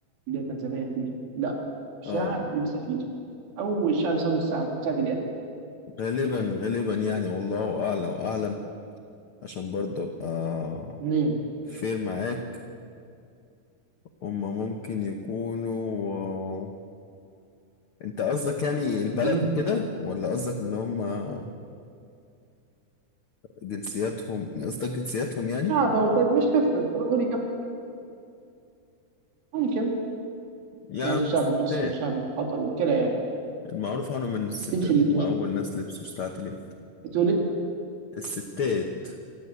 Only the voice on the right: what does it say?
اللي هي كانت زمان دي لا ساعة
يلبسها في إيده أول شيء بيستخدم الساعة ساعة اليد
مين؟
مين؟
لا دول بس مش هتفرق قولي كم ممكن
يعني
الشعب
المصري والشعب القطري كده يعني
تمشي الاثنين
تقول لي